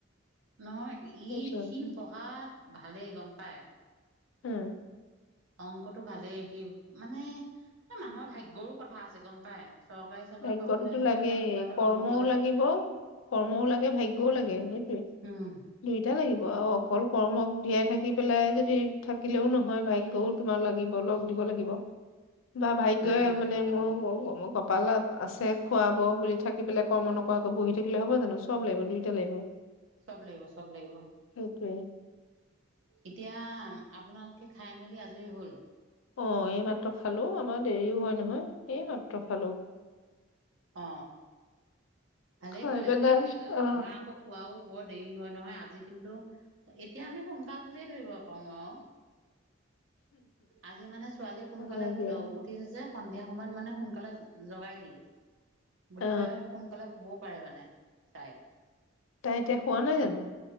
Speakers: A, on the right; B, on the left.
A: নহয়
B: সেইটোৱে।
A: ই সি পঢ়াত ভালেই গম পায়।
B: উম।
A: অংকটো ভালেই সি মানে মানুহৰ ভাগ্যৰো কথা আছে গম পাই। চৰকাৰী চাকৰি
B: ভাগ্যটোতো
A: পাবলৈ হ'লে
B: লাগেই
A: বা কিবা এটা
B: কৰ্মও
A: পাব হ'লে
B: লাগিব কৰ্মও লাগে ভাগ্যও লাগে সেইটোৱে
A: উম
B: দুইটা লাগিব আৰু অকল কৰ্মক ধিয়াই থাকি পেলাই যদি থাকিলেও নহয় ভাগ্যও, তোমাৰ লাগিব লগ দিব লাগিব।
A: <inaudible>
B: বা ভাগ্যই
A: লাগিব
B: মানে
A: লাগিব
B: মোৰ কপালত আছে খুৱাব বুলি থাকি পেলাই কৰ্ম নকৰাকৈ বহি থাকিলে হ'ব জানো চব লাগিব দুইটাই লাগিব।
A: চব লাগিব চব লাগিব।
B: সেইটোৱে।
A: এতিয়া আপোনালোকে খাই মেলি আজৰি হ'ল।
B: অ এই মাত্ৰ খালো আমাৰ দেৰিও হয় নহয় এই মাত্ৰ খালো।
A: অ ভালেই
B: খাই
A: কৰিলা
B: পেলাই
A: এ
B: অ
A: আমাৰ আক। খোৱাও বৰ দেৰি হয় নহয় আজি কিন্তু এতিয়া আমি সোনকাল বুলিয়ে ধৰিব পাৰো আও। আজি মানে ছোৱালী সোনকালে
B: অ
A: উ
B: দিয়া
A: উঠিছে যে। সন্ধিয়া সময়ত মানে সোনকালে জগাই দিলো। গতিকে
B: অ
A: সোনকালে শুবও পাৰে মানে তাই।
B: তাই এতিয়া হোৱা নাই জানো।